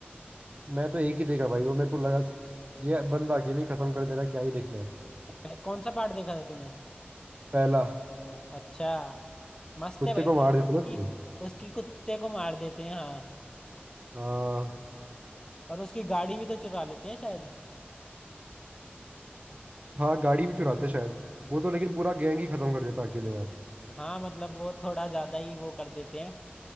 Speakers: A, on the right; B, on the left.
A: मैं तो एक ही देखा भाई वो मेरे को लगा ये बंदा अकेले ही खत्म कर देना क्या ही देखना है
B: पह- कौन सा पार्ट देखा था तूने
A: पहला
B: अच्छा मस्त
A: कुत्ते
B: है भाई
A: को मार
B: पर
A: देते
B: उसकी
A: ना उसके।
B: उसकी कुत्ते को मार देते हैं हाँ
A: हाँ
B: और उसकी गाड़ी भी तो चुरा लेते हैं शायद
A: हाँ गाड़ी भी चुराते शायद वो तो लेकिन पूरा गैंग ही खत्म कर देता अकेले यार
B: हाँ मतलब वो थोड़ा ज्यादा ही वो कर देते हैं